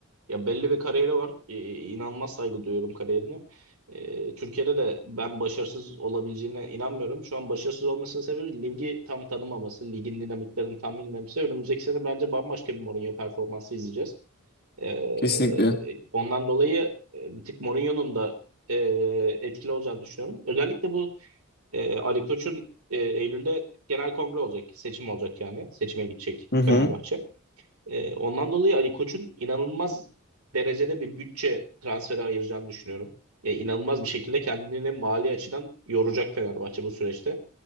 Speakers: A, on the right; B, on the left.
A: Ya belli bir kariyeri var. Ee, inanılmaz saygı duyuyorum kariyerine. Ee, Türkiye'de de ben başarısız olabileceğine inanmıyorum. Şu an başarısız olmasının sebebi ligi tam tanımaması, ligin dinamiklerini tam bilmemesi. Önümüzdeki sene bence bambaşka bir Mourinho performansı izleyeceğiz. Ee,
B: Kesinlikle.
A: ondan dolayı e, bir tık Mourinho'nun da e, etkili olacağını düşünüyorum. Özellikle bu e, Ali Koç'un e, Eylül'de genel kongre olacak, seçim olacak yani. Seçime gidecek
B: Hı hı.
A: Fenerbahçe. Ee, ondan dolayı Ali Koç'un inanılmaz derecede bir bütçe transferi ayıracağını düşünüyorum. Yani inanılmaz bir şekilde kendini mali açıdan yoracak Fenerbahçe bu süreçte.